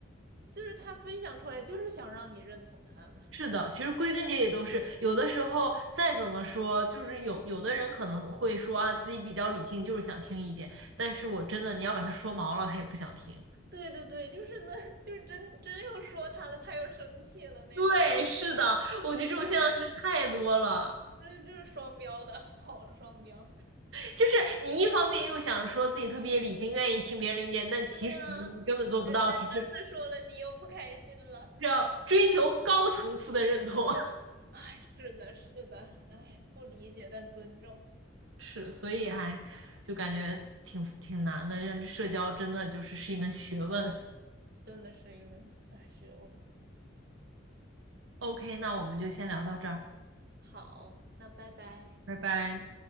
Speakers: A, on the right (about 55°); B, on the right (about 85°).
A: 就是他分享出来，就是想让你认同他的。
B: 是的，其实归根结底都是有的时候再怎么说，就是有有的人可能会说啊，自己比较理性，就是想听意见，但是我真的你要把他说毛了，他也不想听。
A: 对对对，就是那，就是真真又说他了，他又生气了那种。
B: 对，是的，我觉得这种现象是太多了。
A: 嗯，<laughs> 这就是双标的，<laughs> 好双标。
B: 就是你一方面又想说自己特别理性，愿意听别人的意见，但其实你根本做不到，
A: 对呀，人家真的说了，
B: 只是
A: 你又不开心了。
B: 是要追求高层次的认同。<laughs>
A: 哎，是的，是的，哎，不理解但尊重。
B: 是，所以还就感觉挺挺难的，让社交真的就是是一门学问。
A: 对呀，啊真的是一门大学问。
B: OK，那我们就先聊到这儿。
A: 好，那拜拜。
B: 拜拜。